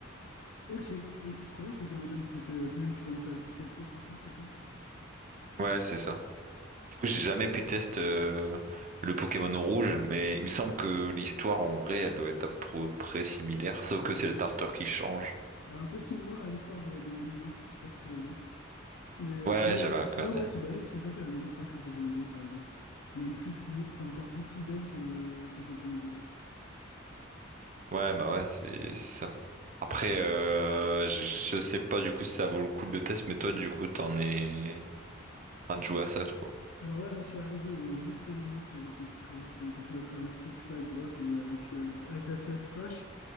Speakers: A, on the left; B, on the right.
A: Ok, il était trop bien Pokémon Jaune, c'est ce- celui où tu commences avec Pikachu en starter, c'est ça?
B: ouais c'est ça du coup j'ai jamais pu tester euh, le Pokémon rouge mais il me semble que l'histoire en vrai elle doit être à peu près similaire sauf que c'est le starter qui change
A: Alors, Un peu similaire
B: il me semble.
A: à l'histoire de- dans l'animé, je sais pas si tu l'as vu. Mais
B: ouais
A: sinon,
B: j'avais
A: ouais, c'est
B: regardé
A: sinon, ouais, c'est bah oui, c'est ça, c'est la même histoire que Pokémon Jaune, t'as raison. C'est même plus fidèle, c'est encore plus fidèle que, dans le- que Pokémon Rouge.
B: Ouais, bah ouais, c'est c'est ça. Après, euh, je, je sais pas du coup si ça vaut le coup de le test, mais toi, du coup, t'en es en train de jouer à ça, quoi.
A: Alors là, j'en suis arrivé au Mont Sélénite, genre quand, il traverse, quand tu dois traverser toute la grotte euh, avec, euh, avec la CS Flash.